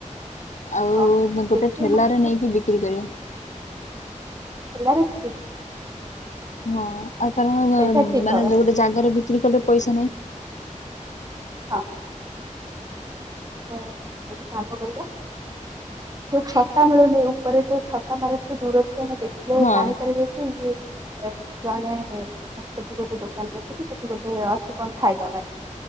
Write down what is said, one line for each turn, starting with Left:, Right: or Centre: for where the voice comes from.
Left: ଆଉ
Right: ହଁ
Left: ଗୋଟେ
Right: ବେଶୀ
Left: ଠେଲାରେ
Right: ମତେ
Left: ନେଇକି ବିକ୍ରି କରିବା।
Right: ଠେଲାରେ ବିକିବେ।
Left: ହଁ ଆଉ କାରଣ
Right: ସେଇଟା ଠିକ
Left: ମାନେ
Right: ହବ।
Left: ଯୋଉ ଗୋଟେ ଜାଗାରେ ବିକ୍ରି କଲେ ପଇସା ନାହିଁ।
Right: ହଁ। ତ ଗୋଟେ କାମ କରିବା ଯୋଉ ଛତା ମିଳୁନି ଉପରେ ଯୋଉ ଛତା ମାରନ୍ତି ଦୂରରୁ ଜଣେ ଦେଖିଲେ
Left: ହଁ
Right: ଜାଣିପାରିବେ କି ଏ ଜଣେ ମାନେ ସେଠି ଗୋଟେ ଦୋକାନୀ ଅଛି କି ସେଠି ଗୋଟେ ଅଛି କଣ ଖାଇବା ପାଇଁ।